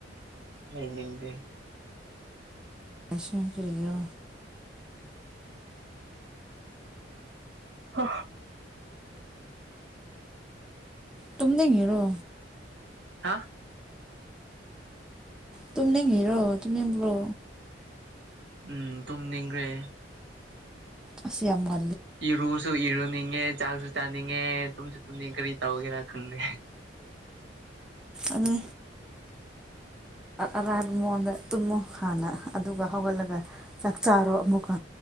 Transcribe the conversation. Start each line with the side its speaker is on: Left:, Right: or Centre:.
Right: ꯂꯩꯅꯤꯡꯗꯦ
Centre: ꯀꯁꯤ ꯌꯦ ꯀꯔꯤꯒꯣ
Right: ꯑ
Centre: ꯇꯗꯔꯣ
Right: ꯍꯥꯥ
Centre: ꯇꯨꯅ ꯍꯦꯔꯣ ꯇꯨꯅꯕ꯭ꯔꯣ
Right: ꯎꯝ ꯇꯨꯝꯅꯤꯡꯈ꯭ꯔꯦ
Centre: ꯑꯁꯤ ꯌꯥꯝꯒ
Right: ꯏꯔꯁꯨ ꯏꯔꯅꯤ ꯆꯉꯦ ꯆꯥꯛꯁꯨ ꯆꯥꯅꯤꯡꯉꯦ ꯇꯨꯝꯁꯨ ꯇꯨꯝꯅꯤꯡꯉꯦ ꯀꯔꯤ ꯇꯧꯒꯦꯔꯥ ꯈꯪꯗꯦ
Centre: ꯑꯗꯨ ꯑꯔꯥꯏꯕ ꯃꯑꯣꯡꯗ ꯇꯨꯝꯃꯣ ꯍꯥꯟꯅ ꯑꯗꯨꯒ ꯍꯧꯒꯠꯂꯒ ꯆꯥꯛ ꯆꯥꯔꯣ ꯑꯃꯨꯛꯀ